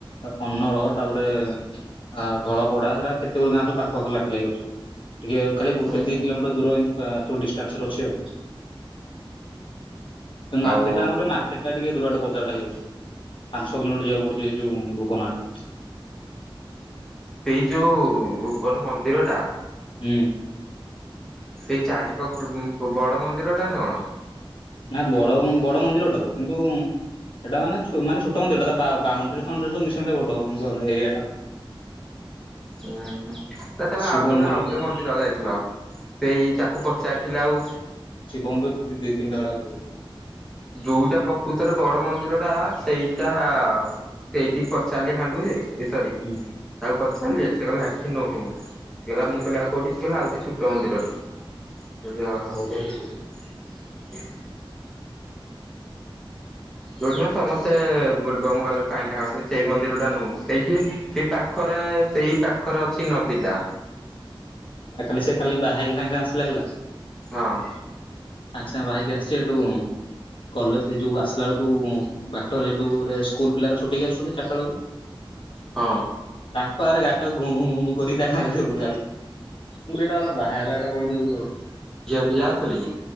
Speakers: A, on the left; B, in the centre.
A: କନ୍ନଳ ତାପରେ ଅ ଧଳପଡା ଏ କେତେ ଗୁଡେ ଗାଁ ସବୁ ପାଖ ପାଖ ଲାଗି ଲାଗି ଅଛି ଟିକେ ଖାଲି ଗୋଟେ
B: ହୁଁ ହୁଁ
A: ଦି କିଲୋମିଟର ଦୂର ଏମିତି ଆ ସବୁ ଡିଷ୍ଟାନ୍ସରେ ଅଛି ଆଉ ମାର୍କେଟ
B: ଆଉ
A: ରେ ଆମ ମାର୍କେଟ୍ ଟିକେ ଦୂର ବାଟ ବଜାରଟା ହେଇଯାଉଛି ପାଞ୍ଚ ଛଅ କିଲୋମିଟର ଯିବାକୁ ପଡଛି ହେ ଯୋଉ ଭୁବନ ଆଡ଼େ
B: ସେଇ ଯୋଉ ଭୁବନ ମନ୍ଦିରଟା
A: ହୁଁ
B: ସେଇ ଚାରିପଖରେ ବଡ଼ ମନ୍ଦିରଟା ନା କଣ
A: ନା ବଡ଼ ବଡ଼ ମନ୍ଦିରଟା ତ କିନ୍ତୁ ସେଟା ମାନେ ମାନେ ଛୋଟ ମନ୍ଦିରଟା ତା ବା ବାଉଣ୍ଡରୀ ଫାଉଣ୍ଡ୍ରିଙ୍ଗି ସବୁ ମିଶି କି ବଡ଼ ଏରିଆ ଟା
B: ଉୁଁ ହୁଁ ତାହେଲେ
A: ଶିବ
B: ଆଉ ତମେ
A: ମନ୍ଦିର
B: ଆଉ
A: ଲେଖା
B: ଗୋଟେ
A: ହେଇଛି।
B: ମନ୍ଦିର ଯାଇଥିଲ ସେଇ ତାକୁ ପଚାରିଥିଲେ ଆଉ
A: ବନ୍ଦୁ ଦି ତିନି ଅଛି ବୋଧେ
B: ଯୋଉଟା ପ୍ରକୃତରେ ବଡ଼ ମନ୍ଦିରଟା ସେଇଟା ସେଇଠି ପଚାରିଲି ହାଣ୍ଡୁ ଯେ ଏ ସରି
A: ହୁଁ
B: ତାକୁ ପଚାରିଲି ସେ କହିଲା ଏଠି ନେହୁ ସେ କ ମୁଁ କହିଲି ଆଉ କେଉଁଠି ମୁଁ କହିଲି ଆଉ ଛୋଟ ମନ୍ଦିର ଟେ କହିଲି ଅହୋ
A: ଓହୋ।
B: ଯୋଉଠି ସମସ୍ତେ ବେଲବମ୍ ଗଲେ ପାଣିଡାଳନ୍ତି ସେଇ ମନ୍ଦିର ଟା ନୁହଁ ସେଇଠି ସେଇ ପାଖରେ ସେଇ ପାଖରେ ଅଛି ନଦୀଟା
A: ରାତିରେ କାଲି ସେ ବାହା‌ ହେଇକି ସାଙ୍ଗେ ସାଙ୍ଗେ ଆସିଲା ହେଲା
B: ହଁ
A: ସାଙ୍ଗେ ସାଙ୍ଗେ ବାହାହେଇକି ଆସିଛି ଏଠୁ କଲେଜ୍ ଏ ଯୋଉ ଆସିଲା ବେଳକୁ ବାଟରେ ସେଠୁ ସ୍କୁଲ୍ ପିଲାଗୁରା ଛୁଟି ହେଇକି ଆସୁଛନ୍ତି ଚାରିଟା ବେଳକୁ
B: ହଁ
A: ତାଙ୍କ ଆଗରେ ଗାଡ଼ି ଟାକୁ ଘୁଁ ଘୁଁ ଘୁଁ ଘୁଁ କରି ତାଙ୍କ ଆଗରେ ମୁଁ ଯାଉଛି ମୁଁ ଏଇଟା ମୋର ବାହାହେଲା ଏଇଟା କହିଦେଉଛି ଆହୁରି
B: ମୁଁ ଯାଉଥିଲି କି